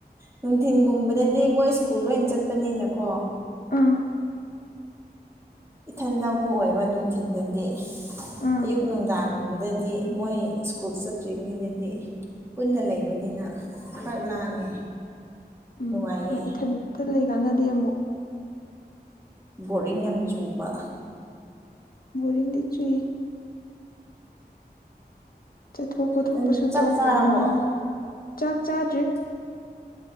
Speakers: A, on the right; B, on the left.
A: ꯅꯨꯡꯊꯤꯟꯒꯨꯝꯕꯗꯗꯤ ꯃꯣꯏ ꯁ꯭ꯀꯨꯜ ꯂꯣꯏꯅ ꯆꯠꯄꯅꯤꯅꯀꯣ
B: ꯎꯝ
A: ꯏꯊꯟꯗ ꯑꯃꯨꯛ ꯑꯣꯏꯕ ꯅꯨꯡꯊꯤꯜꯗꯗꯤ
B: ꯑꯥ
A: ꯑꯌꯨꯛ ꯅꯨꯡꯗꯥꯡꯒꯨꯝꯕꯗꯗꯤ ꯃꯣꯏ ꯁ꯭ꯀꯨꯜ ꯆꯠꯇ꯭ꯔꯤꯉꯩꯗꯗꯤ ꯄꯨꯟꯅ ꯂꯩꯕꯅꯤꯅ ꯈꯔ ꯂꯥꯡꯉꯦ
B: ꯎꯝ
A: ꯅꯨꯡꯉꯥꯏꯌꯦ
B: ꯍꯣꯏ ꯏꯊꯟꯇ ꯂꯩꯀꯥꯟꯗꯗꯤ ꯑꯃꯨꯛ
A: ꯕꯣꯔꯤꯡ ꯌꯥꯝ ꯆꯨꯕ
B: ꯕꯣꯔꯤꯡꯗꯤ ꯆꯨꯏ ꯆꯠꯊꯣꯛ ꯀꯣꯠꯊꯣꯛꯄꯁꯨ
A: ꯅꯪ ꯆꯥꯛ
B: ꯇꯧꯗ꯭ꯔꯝꯅꯤꯅꯅꯦ
A: ꯆꯥꯔꯕꯣ
B: ꯆꯥꯛ ꯆꯥꯗ꯭ꯔꯤ